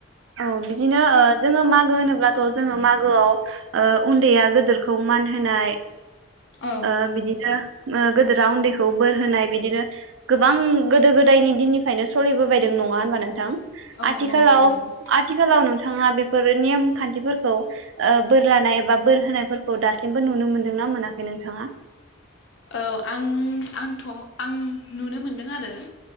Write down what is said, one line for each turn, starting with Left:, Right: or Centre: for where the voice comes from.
Right: औ बिदिनो ओ जोङो मागो होनोब्लाथ' जोङो मागोआव ओ उन्दैया गिदोर खौ मान होनाय
Left: औ
Right: ओ बिदिनो ओ गोदोरा उन्दैखौ बोर होनाय बिदिनो गोबां गोदो गोदायनि दिननिफ्रायनो सोलिबोबायदों नङा होनबा नोंथां।
Left: औ
Right: आथिखालााव
Left: नंगौ नंगौ
Right: आथिखालाव नु थाङा बे फोर नेम खान्थिफोरखौ ओ बोर लानाय एबा बोर होनायफोर खौ दासिमबो नुनो मोन्दोंना मोनाखै नोंथाङा?
Left: औ आं आंथ' आं नुनो मोनदों आरो।